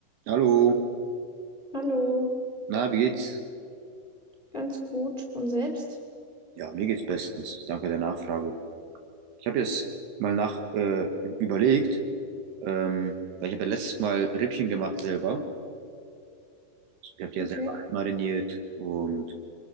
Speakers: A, on the right; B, on the left.
A: Hallo,
B: Hallo,
A: na, wie geht's?
B: ganz gut. Und selbst?
A: Ja, mir geht's bestens. Danke der Nachfrage. Ich habe jetzt mal nach äh, überlegt, ähm, weil ich habe ja letztes Mal Rippchen gemacht selber. Ich habe die
B: Okay.
A: ja selber einmariniert und